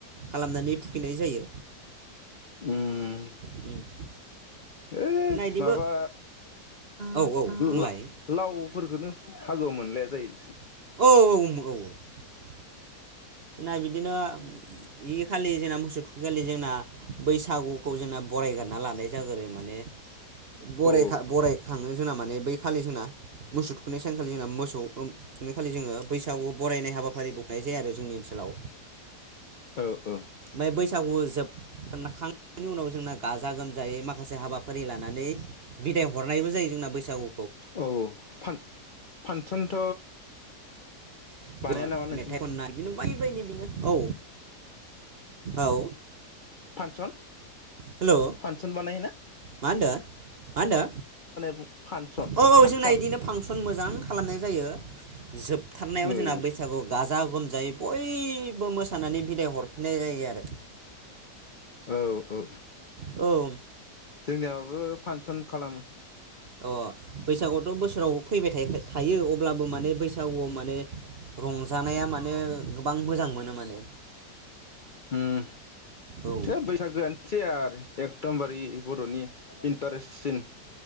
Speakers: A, on the right; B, on the left.
A: खालामनानै थुखैनाय जायो
B: उम
A: जोंना
B: ओ
A: इदिबो
B: माबा
A: औ औ बुंलाय
B: ला-लाव फोरखोननो <unintelligible> मोनलाया जायो
A: औ औ औ औ जोंना बिदिनो बे खालि जोंना मोसौ थुखिखालि जोंना। बैसागुखौ जोंना बरायगारना लानाय जागोरो माने बरायखा
B: औ
A: बरायखाङो जोंना माने बै खालि जोंना मोसौ थुखैनाय सानखालि जोंना मोसौ ओ थुखैखालि जोङो बैसागु बरायनाय हाबाफारि बखनाय जायो आरो जोंनि सोलाव
B: औ
A: ओमफ्राय
B: औ
A: बैसागु जोबखांनायनि उनाव जोंना गाजा गोमजायै माखासे हाबाफारि लानानै बिदाय हरनायबो जायो जोंना बैसागु
B: औ फान फानसनथ
A: <unintelligible> <unintelligible>
B: बानाया नामा नोंसोरनिथिं
A: बेबायदिनो औ औ
B: फानसन
A: हेल'
B: फानसन बानायो ना
A: मा होनदो मा होनदो
B: बुं फानसन
A: औ औ
B: फानसन
A: जोंना बिदिनो फानसन मोजां खालामनाय जायो जोबथारनायाव
B: औ
A: जोंना बैसागु गाजा गोमजायै बयबो मोसानानै बिदाय हरफिननाय जायो आरो
B: औ औ
A: औ
B: जोंनियावाबो फानसन खालामो
A: अ बैसागुआथ बोसोराव फैबाय थायो था अब्लाबो माने बैसागुआव माने रंजानाया माने गोबां मोजां मोनो माने
B: ओम
A: औ
B: <unintelligible> बैसागोआनो मोनसे आरो एकदमबारि बरनि इन्टारेस्टसिन